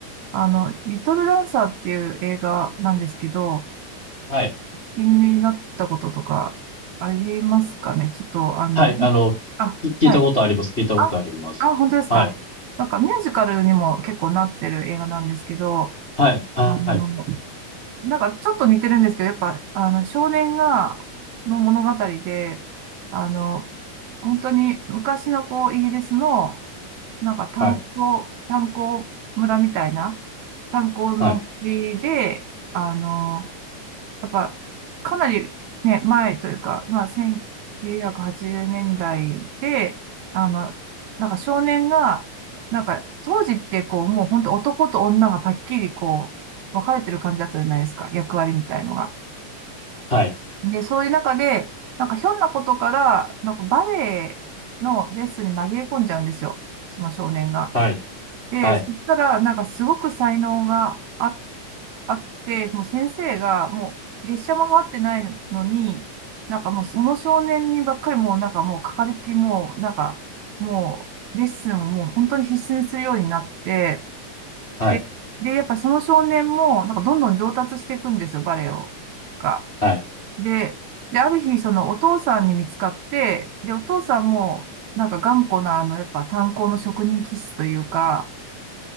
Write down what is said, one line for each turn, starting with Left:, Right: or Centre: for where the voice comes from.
Right: あの、リトルダンサーっていう映画なんですけど、
Left: はい、
Right: 気になったこととかありますかねちょっと、あの、
Left: はい、あの、
Right: あ、
Left: き聞いたことあります。
Right: はい
Left: 聞いたことあります。
Right: あ、あ、本当ですか。
Left: はい、
Right: なんかミュージカルにも結構なってる映画なんですけど、
Left: はい、はい、
Right: あの、なんかちょっと似てるんですけど、やっぱ、あの、少年が、の物語で、あの、本当に昔のこう、イギリスの、なんか炭鉱、
Left: はい、
Right: 炭鉱村みたいな、炭鉱の地で、
Left: はい、
Right: あの、なんか、かなりね、前というか、まあ、1980年代で、あの、なんか少年が、なんか、当時ってこう、もう本当男と女がパッキリこう、分かれてる感じだったじゃないですか、役割みたいのが。
Left: はい、
Right: で、そういう中で、なんかひょんなことから、なんかバレエのレッスンに紛れ込んじゃうんですよ、その少年が。
Left: はい、
Right: で、
Left: はい。
Right: そしたら、なんかすごく才能があっあって、もう先生が、もう月謝も払ってないのに、なんかもうその少年にばっかりもうなんかもうかかりっきりもうなんかもうレッスンをもう本当に必死にするようになって、
Left: はい、
Right: で、で、やっぱその少年もなんかどんどん上達していくんですよ、バレエを。が。
Left: はい。
Right: で、で、ある日そのお父さんに見つかって、で、お父さんもなんか頑固なあのやっぱ炭鉱の職人気質というか、